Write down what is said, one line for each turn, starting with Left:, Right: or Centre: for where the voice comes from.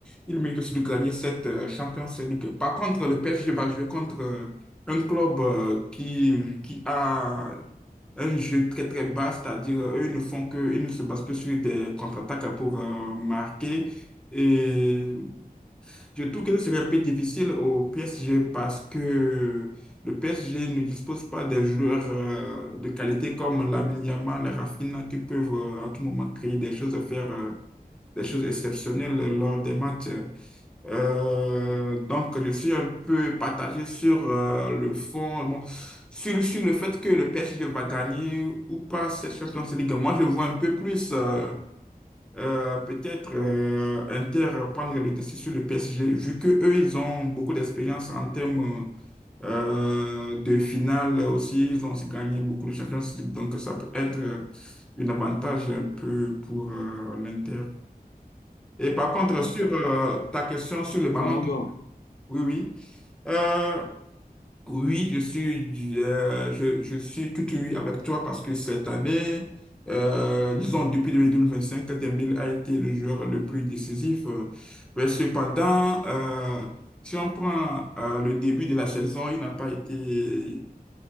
Centre: il mérite aussi de gagner cette euh, Champions League. Par contre, le PSG va jouer contre euh, un club euh, qui, qui a un jeu très très bas, c'est-à-dire euh, eux ils ne font que, ils ne se basent que sur des contre-attaques pour euh, marquer. Et je trouve que ce serait un peu difficile au PSG parce que le PSG ne dispose pas des joueurs euh, de qualité comme Lamine Yamal, Rafinha qui peuvent euh, à tout moment créer des choses, faire euh, des choses exceptionnelles lors des matchs. Euh, donc, je suis un peu partagé sur euh, le fond, bon, sur, sur le fait que le PSG va gagner ou pas cette Champions League. Moi, je vois un peu plus. euh, euh, peut-être euh, Inter prendre le dessus sur le PSG, vu que eux, ils ont beaucoup d'expérience en termes euh, de finale aussi. Ils ont aussi gagné beaucoup de Champions League, donc ça peut être euh, un avantage un peu pour euh, l'Inter. Et par contre,
Left: Ah, D'accord.
Centre: sur euh, ta question sur le ballon
Left: Ballon
Centre: d'or,
Left: d'Or.
Centre: oui, oui. Euh, oui, je suis, euh, je, je suis tout oui avec toi parce que cette année, euh, disons depuis 2025, Dembélé a été le joueur le plus décisif. euh. Mais cependant, euh, si on prend euh, le début de la saison, il n'a pas été